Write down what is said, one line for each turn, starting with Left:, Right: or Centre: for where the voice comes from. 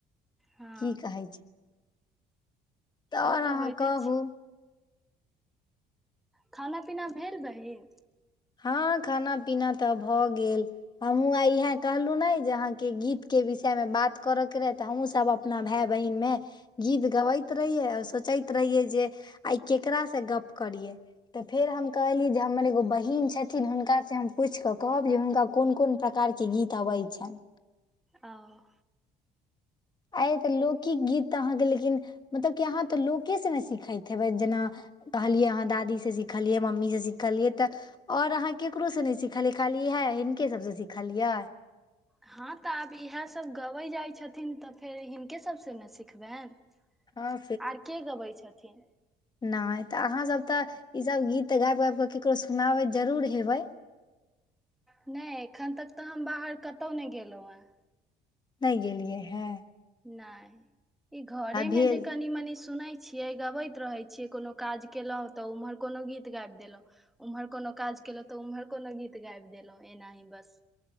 Centre: हँ
Left: की कहै छै तऽ
Centre: ओ
Left: आओर अहाँ
Centre: होइते
Left: कहू
Centre: छै खाना पीना भेल बहीन
Left: हं खाना पीना तऽ भऽ गेल हमहूँ आय इहेऽ कहलू नेै जे आहाँ के गीत के विषय मे बात करऽ के रहै तऽ हमहूँ सब अप अपना भेऽय बहिन मे गीत गबति रहियै औ सोचति रहियै जे आय केकरा से गप करियै तऽ फेर हम कहली जे हमर एगो बहिन छथिन हुनका से हम पुछि कऽ कहब जे हुनका कोन कोन प्रकार के गीत अबै छनि
Centre: ओ
Left: आय तऽ लोकिकिक गीत तऽ आहाँ के लेकिन मतलब कि आहाँ तऽ लोके से ने सिखति हेबै जेना कहलियै हं दादी स सिखलियै मम्मी स सिखलियै तऽ और आहाँ केकरो स नैय सिखलियै खाली इएहे हिनके सब से सिखलियै
Centre: ह तऽ आब इएहे सब गबै जाइ छथिन तऽ फेर हिनके सब स नै सिखबैन
Left: हँ
Centre: आयकि गबै छथिन
Left: नैय तऽ आहाँ सब तऽ इ सब गीत तऽ गैइब- गैइब कऽ केकरो सुनाबैत जरूुर हेबै
Centre: नैय एखन तक तऽ हम बाहर कतौ नैय गेलौ हन
Left: नैय गेलियै हन
Centre: नैय इ घरे
Left: भेल
Centre: में जे कनी -मनी सुनै छी यै गबैत रहै छि कोनो काज केलौ तऽ ओम्हर कोनो गीत गैब देलौ उम्हर कोनो काज केलौ तऽ उम्हर कोनो गीत गैब देलौ एनाही बस